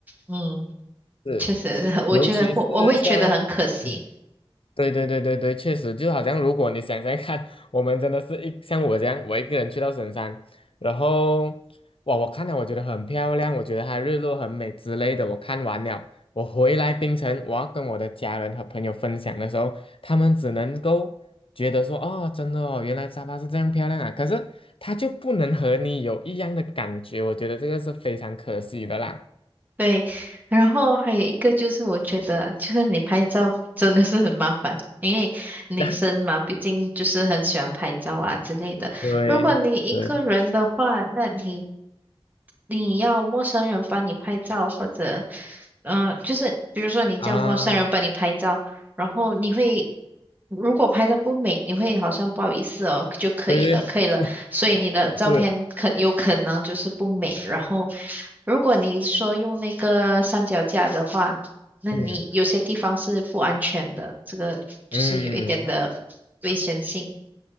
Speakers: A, on the right (about 15°); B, on the left (about 65°).
A: 嗯，
B: 是，
A: 确实，<laughs> 我觉得我我会觉得很可惜。
B: 尤其是像嗯对对对对对，确实，就好像如果你想想看，我们真的是一像我这样，我一个人去到神山，然后哇，我看了我觉得很漂亮，我觉得它日落很美之类的，我看完了，我回来槟城，我要跟我的家人和朋友分享的时候，他们只能够觉得说，哦，真的哦，原来沙发是这样漂亮啊，可是它就不能和你有一样的感觉，我觉得这个是非常可惜的啦。
A: 对，然后还有一个就是我觉得，就是你拍照 <laughs> 真的是很麻烦，因为女生嘛，
B: <laughs>
A: 毕竟就是很喜欢拍照啊之类的。
B: 对对
A: 如果你一个人的话，那你你要陌生人帮你拍照，或者，嗯、就是比如说你叫陌生人帮你拍照，
B: 啊，
A: 然后你会，如果拍的不美，你会好像不好意思哦，就可以了，
B: 对
A: 可以了。所以你的照片可有可能就是不美。
B: 对
A: 然后，如果你说用那个三脚架的话，那你有些地方是不安全的，
B: 是。
A: 这个就是有一点的
B: 嗯，
A: 危险性，